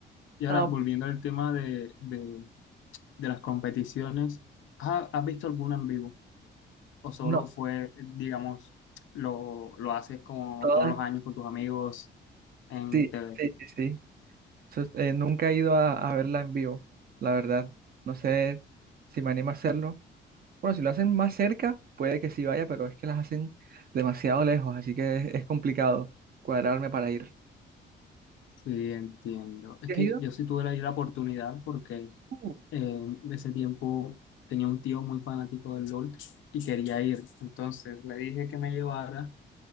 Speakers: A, on the left (about 75°); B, on the right (about 50°).
A: Y ahora,
B: No,
A: volviendo al tema de, de, de las competiciones, ¿ha- ¿has visto alguna en vivo? ¿O solo
B: no,
A: fue, digamos, lo, lo haces como
B: todas,
A: todos los años con tus amigos en
B: sí,
A: TV?
B: sí, sí, sí. Eso es- eh, nunca he ido a, a verla en vivo, la verdad. No sé si me animo a hacerlo. Bueno, si lo hacen más cerca, puede que sí vaya, pero es que las hacen demasiado lejos, así que es, es complicado cuadrarme para ir.
A: Sí, entiendo. Es
B: ¿Sí
A: que
B: has ido?
A: yo sí tuve la, la oportunidad porque eh,
B: Uh,
A: en ese tiempo tenía un tío muy fanático del LOL y quería ir. Entonces le dije que me llevara